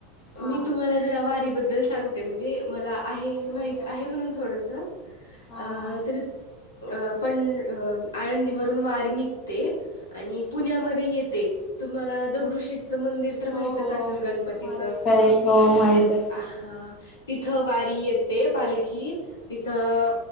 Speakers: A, on the left; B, on the left.
A: हा
B: मी तुम्हाला.... जरा वारीबद्दल सांगते म्हणजे मला... आहे
A: हा सांगा
B: माहित
A: ना
B: आहे म्हणून थोडस अ
A: हा हा
B: तर.... अ पण आळंदीवरून वारी निघते.... आणि पुण्यामध्ये
A: हा
B: येते तुम्हाला दगडू शेठचं मंदिर.... तुला तर
A: हो
B: माहितच
A: हो
B: असेल गणपतीच
A: माहित
B: हा
A: आहे हो माहित आहे
B: हा.... तिथं वारी येते पालखी तिथं...